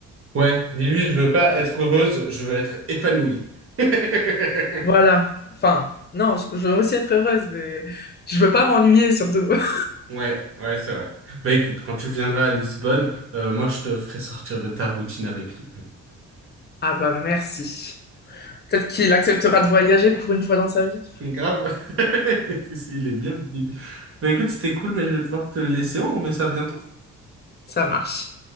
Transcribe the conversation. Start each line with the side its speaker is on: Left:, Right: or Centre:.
Right: Ouais, dis-lui, je veux pas être heureuse, je veux être épanouie. <laughs>
Left: Voilà. Enfin, non, je je veux aussi être heureuse, mais je veux pas m'ennuyer surtout. <laughs>
Right: Ouais, ouais, c'est vrai. Bah écoute, quand tu viendras à Lisbonne, euh, moi je te ferai sortir de ta routine avec lui.
Left: Ah bah merci. Peut-être qu'il acceptera de voyager pour une fois dans sa vie.
Right: <laughs> Grave. <laughs> Il est bienvenu. Bah écoute, c'était cool, mais je vais devoir te laisser. On remet ça bientôt.
Left: Ça marche.